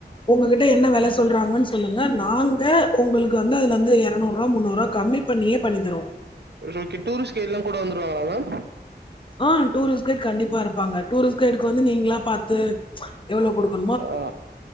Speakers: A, on the left; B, on the right.
A: உங்க கிட்ட என்ன வெல சொல்றாங்கன் சொல்லுங்க நாங்க உங்களுக்கு வந்து அதுல இருந்து எரநூறுபா முன்னூறுபா கமி பண்ணியே பண்ணி தருவோ
B: ஓகே டூரிஸ்ட் கைடுலா கூட வந்துருவாங்ளா மேம்
A: ஆ டூரிஸ்ட் கைட் கண்டிப்பா இருப்பாங்க டூரிஸ்ட் கைடுக்கு வந்து நீங்களா பாத்து எவ்ளோ குடுக்க
B: ஆ